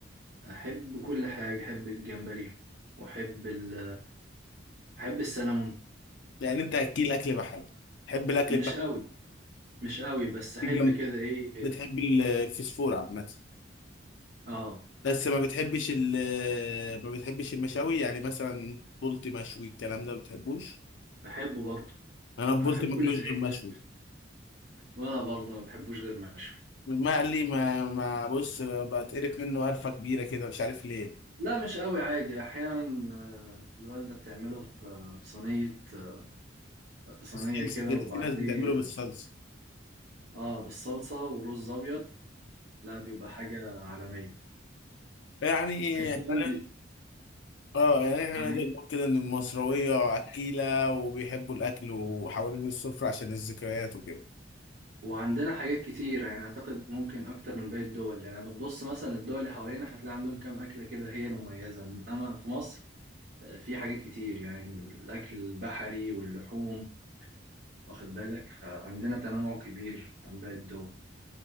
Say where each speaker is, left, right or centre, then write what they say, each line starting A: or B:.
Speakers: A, on the right; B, on the left.
A: احب كل حاجة احب الجمبري واحب ال... احب السلمون
B: يعني أنت أكيل أكل بحري تحب الأكل
A: مش
B: البحري
A: قوي مش قوي بس احب
B: الجنب
A: كده ايه
B: بتحب الفسفور عامة
A: اه
B: بس ما بتحبش ال ما بتحبش المشاوي يعني مثلا بولتي مشوي الكلام ده ما بتحبوش
A: بحبه برضه
B: أنا بولتي
A: انا بحب
B: ماكلوش
A: كل حاجة
B: غير مشوي
A: وانا برضه ما بحبوش غير مشوي
B: المقلي ما ما بص بتقرف منه قرفة كبيرة كده مش عارف ليه
A: لا مش قوي عادي احيانا آه، الوالدة بتعمله في آه، في صينية آه، في صينية
B: بالصلصه
A: كده
B: كده
A: وبعديه
B: في ناس بتعمله بالصلصه
A: اه بالصلصة ورز ابيض لا بيبقى حاجة عالمية
B: يعني
A: كان في
B: احنا
A: عندي
B: اه يعني احنا
A: انا
B: نقدر نقول كده ان المصراويه اكيله وبيحبوا الاكل وحوالين السفره عشان الذكريات وكده
A: وعندنا حاجات كتير يعني أعتقد ممكن أكتر من باقي الدول يعني لما تبص مثلا الدول اللي حوالينا هتلاقي عندهم كام أكلة كده هي المميزة إنما في مصر آه، في حاجات كتير يعني من الأكل البحري واللحوم واخد بالك فعندنا تنوع كبير عن باقي الدول